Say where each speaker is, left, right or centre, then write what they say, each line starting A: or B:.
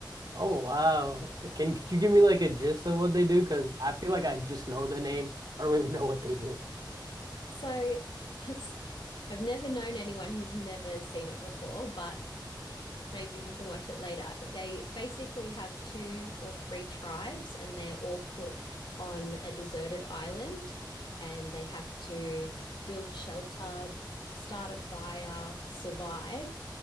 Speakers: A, on the right; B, on the left.
A: Oh wow. Can could you give me like a gist of what they do? Because I feel like I just know the name. I don't really know what they do.
B: So <laughs> that's, I've never known anyone who's never seen it before, but Maybe you can watch it later. They basically have two or three tribes, and they're all put on a deserted island, and they have to build shelter, start a fire, survive,